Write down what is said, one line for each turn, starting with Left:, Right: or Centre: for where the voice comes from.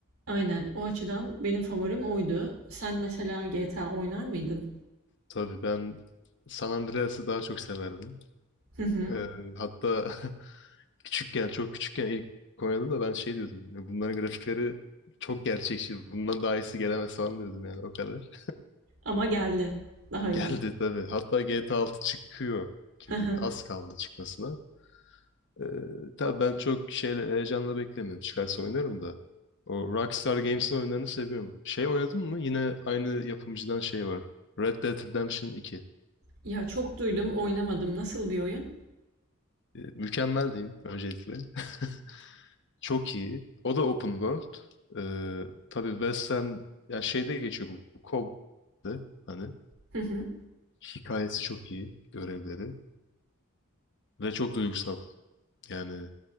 Right: Aynen. O açıdan benim favorim oydu. Sen mesela GTA oynar mıydın?
Left: Tabii ben San Andreas'ı daha çok severdim.
Right: Hı hı.
Left: Ee, hatta <laughs> küçükken, çok küçükken ilk oynadım da ben şey diyordum. "Ya Bunların grafikleri çok gerçekçi. Bundan daha iyisi gelemez falan diyordum yani o kadar.
Right: Ama geldi.
Left: <laughs>
Right: Daha
Left: Geldi
Right: iyisi.
Left: tabii. Hatta GTA 6 çıkıyor gibi.
Right: Hı hı.
Left: Az kaldı çıkmasına. Ee, tabii ben çok şeyle heyecanla beklemiyorum. Çıkarsa oynarım da. O Rockstar Games'in oyunlarını seviyorum. Şey oynadın mı? Yine aynı yapımcıdan şey var. Red Dead Redemption 2.
Right: Ya çok duydum, oynamadım. Nasıl bir oyun?
Left: Ee, mükemmel diyeyim öncelikle. <laughs> Çok iyi. O da open world. Ee, tabii Western yani şeyde geçiyor bu. bu Cowboy'da hani
Right: Hı hı.
Left: hikayesi çok iyi. Görevleri. Ve çok duygusal. Yani